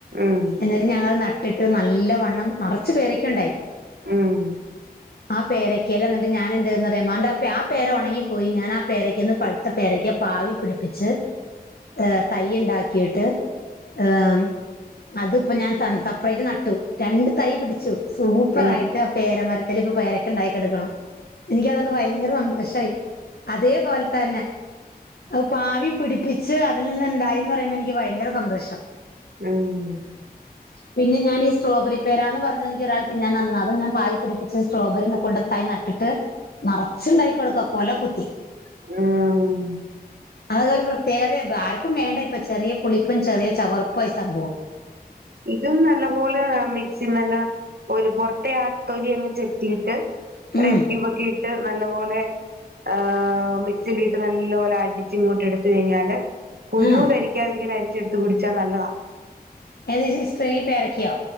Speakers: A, on the right; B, on the left.
A: ഉം
B: എന്നി ട്ട് ഞങ്ങൾ നട്ടിട്ട് നല്ല വണ്ണം നിറച്ച് പേരക്കയുണ്ടായി
A: ഉം
B: ആ പേരക്കേല് എന്നിട്ട് ഞാൻ എന്ത്‌ ചെയ്തെന്ന് അറിയാമോ എന്നിട്ട് ആ ആ പേര ഉണങ്ങിപ്പോയി ഞാൻ ആ പേരക്കേന്ന് പഴുത്ത പേരക്ക പാവി പിടിപ്പിച്ച് ആഹ് തൈ ഉണ്ടാക്കിയിട്ട് ഏഹ് അതും ഇപ്പ ഞാൻ സപ്പറൈറ്റ് നട്ടു രണ്ട് തൈ പിടിച്ചു സൂപ്പറായിട്ട്
A: ഉം
B: ആ പേരമരത്തി ഇപ്പൊ പേരക്കെ ഉണ്ടായി കെടക്കണു എനിക്ക് അതുകൊണ്ട് ഭയങ്കര സന്തോ പക്ഷെ അതേപോലെ തന്നെ പാവി പിടിപ്പിച്ച് അതിൽ നിന്ന് ഉണ്ടായിന്ന് പറയുമ്പോൾ എനിക്ക് ഭയങ്കര സന്തോഷം
A: ഉം
B: പിന്നെ ഞാൻ ഈ സ്ട്രോബറി പേരാന്ന് പറഞ്ഞത് എനിക്ക് ഒരാൾ തിന്നാൻ തന്നതാ അത് ഞാൻ പാവി പിടിപ്പിച്ച് സ്ട്രോബറിന്ന് കൊണ്ട് തൈ ന ട്ടിട്ട് നിറച്ചുണ്ടായിക്ക്ണ് കൊ കൊല കുത്തി
A: ആഹ്
B: അതൊരു പ്രത്യേകതയാ ആർക്കും വേണ്ട ഇപ്പം ചെറിയ പുളിപ്പും ചെറിയ ചവർപ്പുവാ ഈ സംഭവം
A: ഇതും നല്ല പോലെ മിക്സി <unintelligible> പൊറത്തെ ആ തൊലി അങ്ങ് ചെത്തിയിട്ട് ഒരു
B: ഉം
A: ഐസ് ക്യൂബ് ഒക്കെ ഇട്ട് നല്ല പോലെ ആ മിക്സിയിലിട്ട് നല്ലപോലെ അടിച്ച് ഇങ്ങോട്ട് എടുത്ത് കഴിഞ്ഞാല് കുരു
B: ആഹ്
A: കടി ക്കാതിരിക്കാൻ അരിച്ചെടുത്ത് കുടിച്ചാൽ നല്ലതാ
B: ഏത് സിസ്റ്ററേ ഈ പേരക്കയോ?